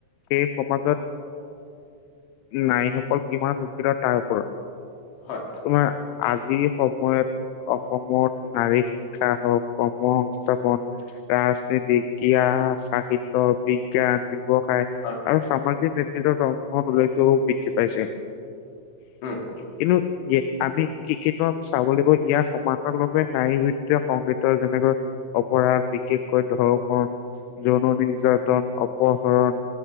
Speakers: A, on the left; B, on the left.
A: সেই সমাজত নাৰীসকল কিমান উু <inaudible> ক তাৰ ওপৰত।
B: হয়।
A: তোমাৰ আজি শব সময়ত অসমত নাৰী শিক্ষা হওক, কৰ্ম সংস্থাপন ৰাজনীতি, জ্ঞান, সাহিত্য বি জ্ঞান, ব্যৱসায়
B: হয়
A: আৰু সামাজিক নেতৃত্বত অংশ লৈতো বৃদ্ধি পাইছে।
B: উম।
A: কিন্তু এ আমি কি কিনোৱা চাব লাগিব ইয়াৰ সমান্তৰভাৱে নাৰীবৃত্ত সংগীত যেনেকৈ অপৰাধ বিশেষকৈ ধৰ্ষণ, যৌন নিৰ্যাতন অপহৰণ